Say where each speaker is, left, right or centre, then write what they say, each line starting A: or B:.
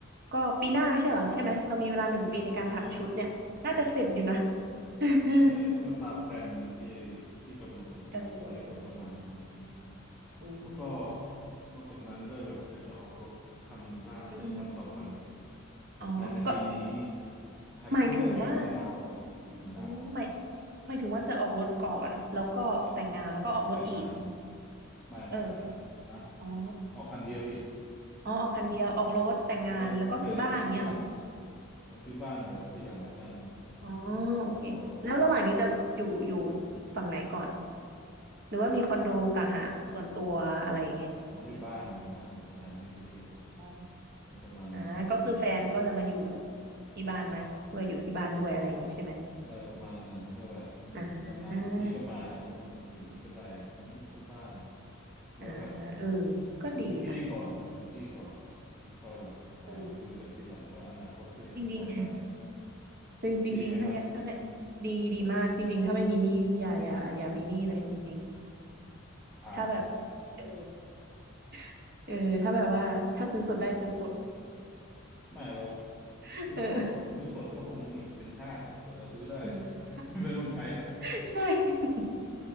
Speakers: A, on the right; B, in the centre.
A: ก็ปีหน้าไม่ใช่เหรอใช่ไหมเรามีเวลาหนึ่งปีในการถักชุดเนี่ยน่าจะเสร็จอยู่นะ
B: เออปีหน้าใช่
A: <laughs>
B: ใช่ก็ตามแพลนที่ที่กำหนดกับชีวิตไว้ก็ประมาณนั้นแหละปีหน้า
A: เออ อืม
B: แล้วก็นอกจากนั้นก็แบบอยากจะออกรถคันล่าเอ้ยคันต่อไป
A: อมอ๋อ
B: ภายในปีนี้
A: ก็
B: หากเรื่องเก็บเงินดาวน์ก่อนเก็บเงินดาวน์ก่อน
A: หมายถึงว่าอืมหมายหมายถึงว่าจะออกรถก่อน แล้วก็แต่งงานแล้วก็ออกรถอีก
B: ออกรถแล้วก็แต่งงานไม่ไม่ไม่
A: เออ
B: ฮะ
A: อ๋อ
B: ออกคันเดียวดิ
A: อ๋อออกคันเดียวออกรถแต่งงานแล้วก็ซื้อบ้านเงี้ยเหรอ
B: ออกรถภายในปีนี้เออซื้อบ้านเดี๋ยวทีหลังแล้วกัน
A: อ๋อโอเคแล้วระหว่างนี้จะอยู่อยู่
B: เออออกรถก่อน
A: ฝั่งไหนก่อน หรือว่ามีคอนโดต่างหากส่วนตัวอะไรอย่างเงี้ย
B: อ๋ออยู่บ้านอยู่บ้านก่อนก็ได้ไม่ซีเรียส
A: อ๋อ
B: อะไรประมาณนั้น
A: อ่าก็คือแฟนก็จะมาอยู่ที่บ้านมาช่วยอยู่ที่บ้านด้วยอะไรอย่างงี้ใช่ไหม
B: เออประมาณนั้นก็แบบเามอนนานๆทีก็มาก็มาอยู่นี่ก็ได้แบบยังไม่ต้องซื้อบ้าน
A: อ่า
B: ไว้แบบ
A: อ่าเออก็ดีนะ
B: คงที่ก่อนคงที่ก่อนแล้วค่อยแบบหาดูกันทีหลังว่าอนาคตจะยังไงต่อไป
A: เออจริงๆ จริงจริงๆถ้าถ้าไม่
B: ตีไหมครับ
A: ดีดีมากจริงๆถ้าไม่มีหนี้อย่าอย่าอย่ามีหนี้เลยจริงๆถ้าแบบ
B: อ่า
A: เออ <laughs> เออถ้าแบบว่าถ้าซื้อสดได้ซื้อสด
B: ไม่ก็
A: <laughs>
B: ซื้อสดซื้อสดก็คงอีกเป็นชาติกว่าจะซื้อได้
A: เอออืม
B: <laughs> ไม่ต้องใช้ละ
A: ใช่ <laughs> ใช่ <laughs>